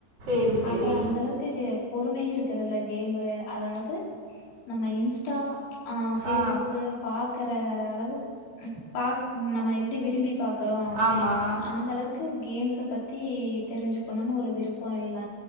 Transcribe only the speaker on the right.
சரி சரி
ஆ
ஆமாம்